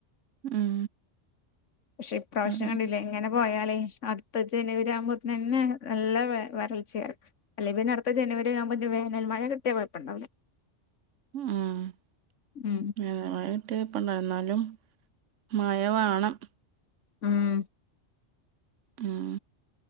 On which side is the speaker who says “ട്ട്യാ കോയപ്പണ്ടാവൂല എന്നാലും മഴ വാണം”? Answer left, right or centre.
Right